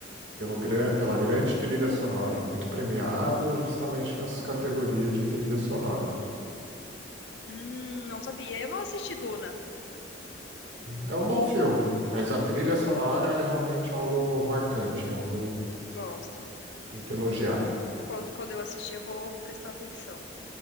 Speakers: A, on the right; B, on the left.
A: pelo gran- pela grande trilha sonora, muito premiado justamente nessa categoria de trilha sonora.
B: Hum, não sabia. Eu não assisti Duna. Hum,
A: É, é um bom
B: hum,
A: filme, mas a trilha
B: ah,
A: sonora é realmente algo marcante, algo
B: Gosto.
A: muito elogiado.
B: Quando, quando eu assistir, eu vou prestar atenção.